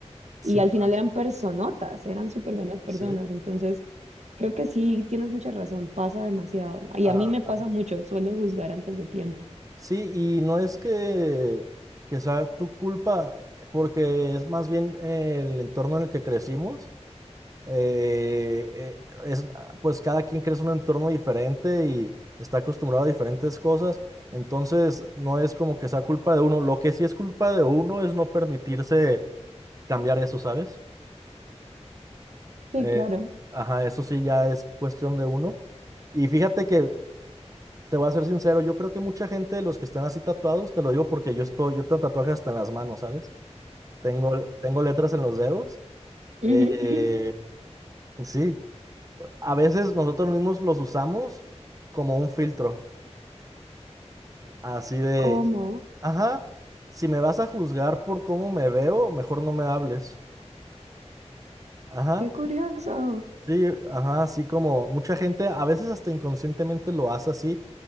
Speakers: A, on the right; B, on the right.
A: Sí
B: Y al
A: pasa.
B: final eran personotas, eran súper buenas personas.
A: Sí.
B: Entonces, creo que sí, tienes mucha razón, pasa demasiado. Y
A: Ajá.
B: a mí me pasa mucho, suelo juzgar antes de tiempo.
A: Sí, y no es que, que sea tu culpa, porque es más bien el entorno en el que crecimos. eh, eh, es, pues cada quien crece en un entorno diferente y está acostumbrado a diferentes cosas. Entonces, no es como que sea culpa de uno. Lo que sí es culpa de uno es no permitirse cambiar eso, ¿sabes?
B: Sí,
A: Eh,
B: claro.
A: ajá, eso sí ya es cuestión de uno. Y fíjate que te voy a ser sincero, yo creo que mucha gente de los que están así tatuados, te lo digo porque yo estoy, yo tengo tatuajes hasta en las manos, ¿sabes? Tengo, tengo letras en los dedos.
B: Ujú,
A: eh, sí, a veces nosotros mismos los usamos como un filtro, así de,
B: ¿Cómo?
A: ajá, si me vas a juzgar por cómo me veo, mejor no me hables. Ajá.
B: Qué curioso.
A: Sí, ajá, así como mucha gente, a veces hasta inconscientemente lo hace así,